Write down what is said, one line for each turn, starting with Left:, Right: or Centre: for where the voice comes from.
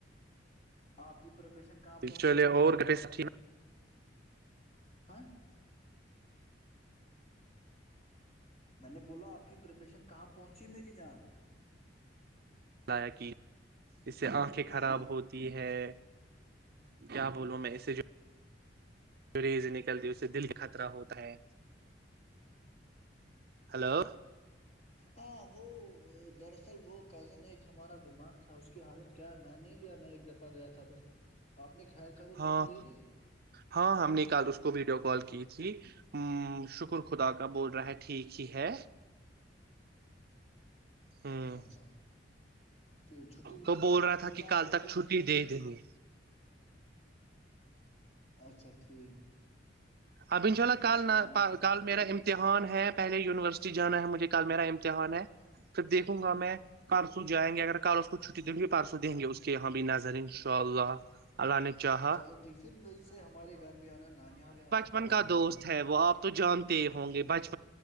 Left: آپ کی پیشنٹ کہاں پہنچو
Right: چلے
Left: میری جان
Right: اور گٹے سبھی
Left: ہ <inaudible> میں نے بولا آپ کی پرپیشن کہاں پہنچی میری جان
Right: ائع کی اس سے آنکھیں
Left: ہاں
Right: خراب ہوتی ہے کیا بولوں میں اسے جو گریز نکلتی اس سے دل خطرہ ہوتا ہے ہلو
Left: ہاں وہ دراصل وہ کزن ایک ہمارا بیمار تھا اس کی حالت کیا ہے میں نہیں گیا میں ایک دفعہ گیا تھا بس آپ نے خیر خبر اس
Right: ہاں
Left: کی لے لی
Right: ہاں ہم نے کل اس کو ویڈیو کال کی ج ہ شکر خدا کا بول رہا ہے ٹھیک ہی ہے ہ
Left: اچھا تو چھٹی وٹی
Right: تو بول
Left: کا کچھ
Right: رہا تھا
Left: بولا
Right: کہ
Left: ہے
Right: کل
Left: وہاں
Right: تک
Left: پہ
Right: چھٹی دے دیں گے
Left: اچھا ٹھیک
Right: اب ان شاء اللہ کال
Left: ہاں
Right: کال میرا امتحان ہے پہلے یونیورسٹی جانا ہے مجھے کل میرا امتحان ہے پھر دیکوں گا میں پرسوں جائیں گے اگر کل اس کو چھٹی دوں گی پرسوں دیں گے اس کے یہاں بھی نظر انشاء اللہ اللہ نے چاہا
Left: چلو ٹھیک پھر وہی سے ہمارے گھر بھی آنا نانیال ہے آپ کا
Right: بن
Left: وہاں
Right: کا دوست
Left: پہ
Right: ہے وہ آپ تو جانتے ہی ہوں گے بچ